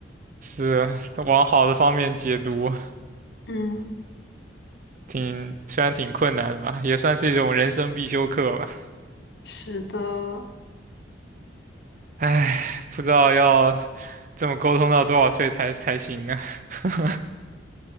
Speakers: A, on the right (about 45°); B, on the left (about 65°).
A: 是往好的方面解读，
B: <laughs> 嗯，
A: 挺虽然挺困难的吧，也算是一种人生必修课吧。
B: 是的，
A: 唉，不知道要这么沟通到多少岁才才行呢？<laughs>